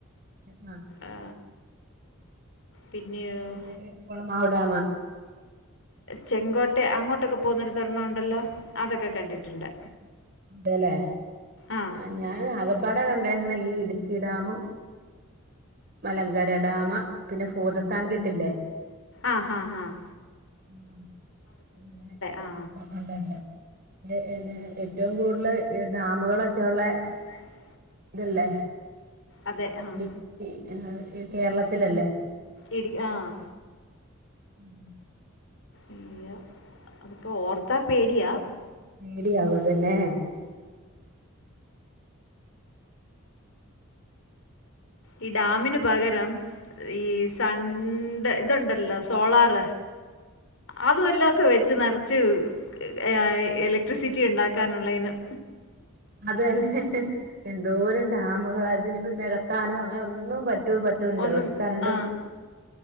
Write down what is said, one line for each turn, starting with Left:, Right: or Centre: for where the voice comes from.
Right: ആഹ്
Left: ആ, പിന്നെ
Right: ഇന്നിട്ട് കെളമാവ്ടാമ്
Left: ചെങ്കോട്ടെ അങ്ങോട്ടൊക്കെ പോകുന്നൊരു തരണം ഉണ്ടല്ലോ അതൊക്കെ കണ്ടിട്ടുണ്ട്
Right: അതെല്ലേ
Left: ആ
Right: ആഹ് ഞാൻ ആകെ പാടെ കണ്ടെക്ക്ണ് ഈ ഇടുക്കി ഡാമും മലങ്കര ഡാമ് പിന്നെ ഫോതത്താൻ കെട്ടില്ലേ?
Left: ആഹ് ആഹ് ആഹ്
Right: ആഹ് ങ്ങനെ
Left: ആ
Right: ഉണ്ട് ഉണ്ട് ഏഹ് ഏയ്ൻ ഏറ്റവും കൂടുതൽ ഡാമുകളൊക്കെയുളെ
Left: ആഹ്
Right: ഇതല്ലേ
Left: അതെ ആഹ്
Right: ഇടുക്കി കേരളത്തിലല്ലേ
Left: ഇടി ആഹ്
Right: ഉം
Left: ഇല്യ അതൊക്കെ ഓർത്താ പേടിയാ
Right: പേടിയാവും അതെന്നെ
Left: ഈ ഡാമിന് പകരം ഈ സൺ ണ്ട് ഇതുണ്ടല്ലോ സോളാർ അത് വല്ലൊക്കെ വെച്ച് നേരത്തി വെച്ച് ഇലക്ട്രിസിറ്റി ഉണ്ടാക്കാനുള്ളതിനും
Right: അത് തന്നെ എന്തോരം ഡാമുകള അതിനിപ്പ നികത്താനോ അങ്ങനെ ഒന്നും പറ്റൂ പറ്റൂല പറ്റൂല്ല
Left: ഒന്നും
Right: പക്ഷെ കറണ്ടും
Left: ആ